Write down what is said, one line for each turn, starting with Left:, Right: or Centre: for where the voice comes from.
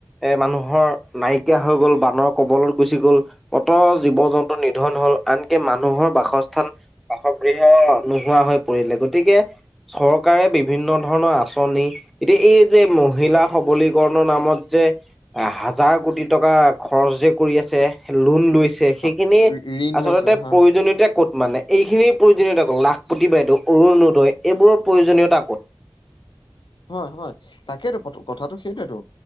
Centre: এ মানুহৰ নাইকিয়া হৈ গ'ল বানৰ কবলত গুচি গ'ল। ক'ত জীৱ জন্তু নিধন হল, আনকি মানুহৰ বাসস্থান বাসগৃহ নোহোৱা হৈ পৰিলে, গতিকে চৰকাৰে বিভিন্ন ধৰণৰ আঁচনি, এতিয়া এই যে মহিলা সবলীকৰণৰ নামত যে। এ হাজাৰ কোটি টকা খৰচ যে কৰি আছে লোন লৈছে। সেইখিনি
Left: অ ঋণ
Centre: আচলতে
Left: লৈছে হয়
Centre: প্ৰয়োজনীয়তা ক'ত মানে। এইখিনিৰ প্ৰয়োজনীয়তা ক'ত লাখপতি বাইদেউ অৰুণনোদয় এইবোৰৰ প্ৰয়োজনীয়তা ক'ত।
Left: হয়-হয় তাকেইটো কথাটো সেইটোৱয়েতো।